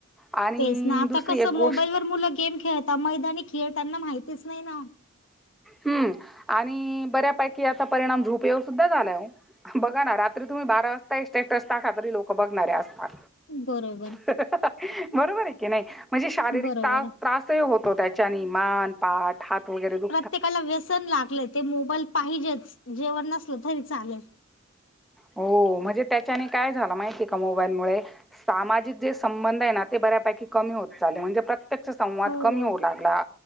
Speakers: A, in the centre; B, on the left.
A: आणि
B: तेच ना आता
A: दुसरी
B: कसं
A: एक गोष्ट
B: मोबाईल वर मुलं गेम खेळत मैदानी खेळताना माहितीच. नाही ना.
A: हं, आणि बऱ्यापैकी याचा परिणाम झोप येऊ सुद्धा झाला बघा ना रात्री तुम्ही बारा वाज सेट रस्ता खातरी लोक बघणारऱ्या असतात.
B: बरोबर
A: <unintelligible> बरोबर हेे की नाही. म्हणजे शारीरिक
B: बरोबर.
A: तास त्रासही होतो त्याच्यानी मान पाात हात वगैरे दु.
B: ्यकाला व्यसन लागलं ते मोबाईल पाहिजेच जेवण नसल तरी चालेल.
A: हो म्हणजे त्याच्याने काय झालं माहितीय का मोबाईलमुळे सामाजिक जे संबंध आहे ना ते ब बऱ्यापैकी कमी होत चालला म्हणजे प्रत्य संवाद
B: हो.
A: कमी होऊ लागला.